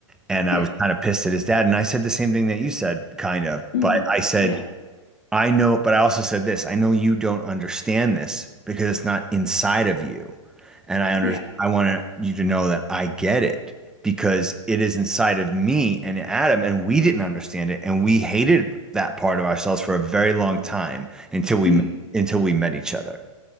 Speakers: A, in the centre; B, on the left.
A: And I
B: yeah.
A: was kind of pissed at his dad. And I said the same thing that you said, kind of.
B: Mm,
A: But I said,
B: yeah.
A: I know, but I also said this I know you don't understand this because it's not inside of you. And I under,
B: Yeah.
A: I want you to know that I get it because it is inside of me and Adam. And we didn't understand it. And we hated that part of ourselves for a very long time until we,
B: Mm,
A: until we met each other.